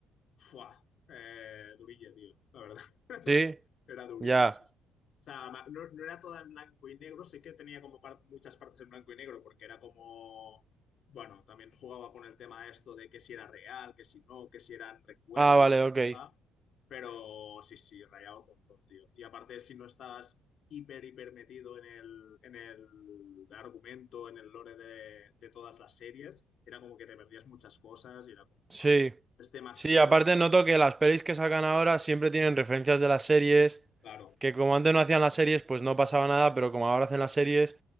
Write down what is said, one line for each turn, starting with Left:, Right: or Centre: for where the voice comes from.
Left: Fua, eh, durilla, tío, la verdad. <laughs>
Right: ¿Sí?
Left: Era durilla,
Right: Ya.
Left: sí. sí. O sea, ma- no, no era toda en blanco y negro, sí que tenía como par- muchas partes en blanco y negro, porque era como, bueno, también jugaba con el tema esto de que si era real, que si no, que si eran recuerdos,
Right: Ah, vale, ok.
Left: bla, bla. Pero sí, sí, rayaba un montón, tío. Y aparte, si no estabas hiper, hiper metido en el, en el argumento, en el lore de, de todas las series, era como que te perdías muchas cosas y era como,
Right: Sí.
Left: "Buah, es demasiado
Right: Sí, aparte
Left: que
Right: noto que las pelis que sacan ahora siempre tienen referencias de las series,
Left: Claro,
Right: que como antes no hacían las series, pues no pasaba nada, pero como ahora hacen las series,